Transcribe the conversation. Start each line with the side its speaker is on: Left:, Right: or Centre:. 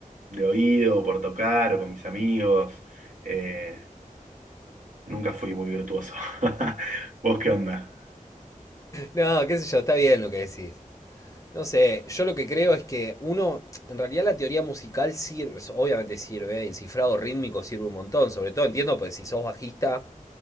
Right: de oído, por tocar o con mis amigos. eh, nunca fui muy virtuoso. <laughs> ¿Vos qué onda?
Left: No, qué sé yo, está bien lo que decís. No sé, yo lo que creo es que uno, en realidad la teoría musical sirve, obviamente sirve, el cifrado rítmico sirve un montón, sobre todo entiendo, pues si sos bajista,